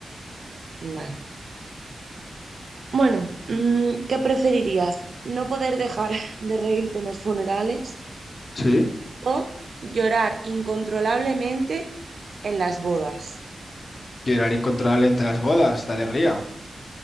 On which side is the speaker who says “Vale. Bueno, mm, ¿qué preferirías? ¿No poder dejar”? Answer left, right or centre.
Right